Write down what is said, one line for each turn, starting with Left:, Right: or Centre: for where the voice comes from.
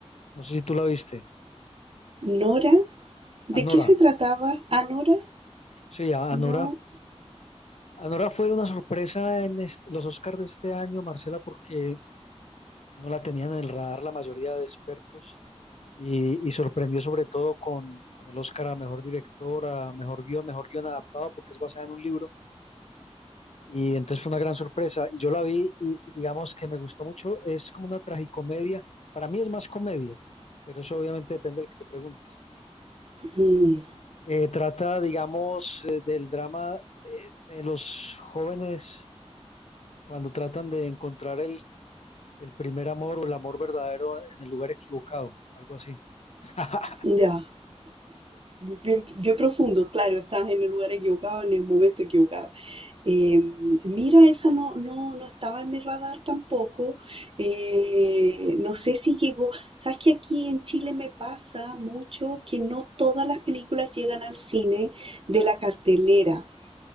Left: no sé si tú la viste,
Right: Nora, ¿de
Left: Anora,
Right: qué se trataba? ¿A Nora?
Left: sí, a-
Right: No.
Left: Anora. Anora fue una sorpresa en est- los Oscars de este año, Marcela, porque no la tenían en el radar la mayoría de expertos y, y sorprendió sobre todo con, con el Oscar a Mejor Director, a Mejor Guión, Mejor Guión Adaptado, porque es basada en un libro. Y entonces fue una gran sorpresa. Y yo la vi y, y digamos que me gustó mucho. Es como una tragicomedia. Para mí es más comedia, pero eso obviamente depende del que le preguntes.
Right: mm,
Left: Eh, trata, digamos, eh, del drama de, de los jóvenes cuando tratan de encontrar el, el primer amor o el amor verdadero en el lugar equivocado, algo así. <laughs>
Right: ya. Bien, bien profundo, claro, estás en el lugar equivocado, en el momento equivocado. Eh, mira, esa no, no, no estaba en mi radar tampoco. Eh, no sé si llegó. Sabes que aquí en Chile me pasa mucho que no todas las películas llegan al cine de la cartelera.